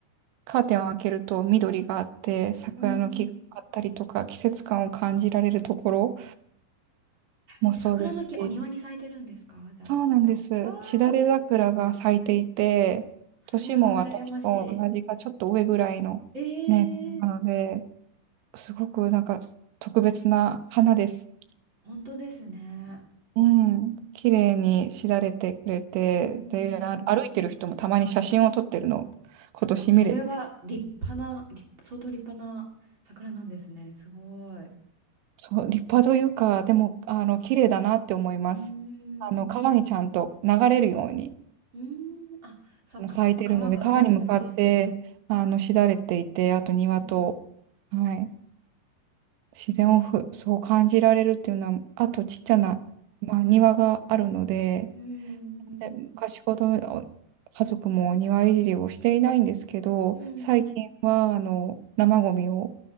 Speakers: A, on the right; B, on the right.
A: カーテンを開けると緑があって、桜の木があったりとか、
B: うんうんうん
A: 季節感を感じられるところもそうですし、
B: え、桜の木お庭に咲いてるんですかじゃ
A: そうなんです。
B: あ。ああ、
A: しだれ桜が咲いていて、
B: いいですね。それは羨ましい。
A: 年も私と同じかちょっと上ぐらいの年なので、
B: ええ
A: すごくなんか特別な花です。
B: 本当ですね。
A: うん、綺麗にしだれてくれて、
B: うん。
A: で、あ歩いてる人もたまに写真を撮ってるのを今年見れて、
B: あ、もうそれは立派な、立相当立派な桜なんですね。すごい。う
A: そう、立派というか、でも、あの、綺麗だなって思います。
B: ーん。
A: あの、川にちゃんと流れるように。
B: うーん。あ、そっか。
A: もう咲いてるので、
B: 皮がそうですね。
A: 川に向かって、あの、しだれていて、あと庭と、
B: うん。
A: はい、自然をふ、そう感じられるっていうのは、あとちっちゃな、
B: いいです。
A: まあ、庭があるので、
B: うん、
A: で昔ほどお家族も庭いじりをしていないんですけど、
B: うん、うん。
A: 最近は、あの、生ゴミを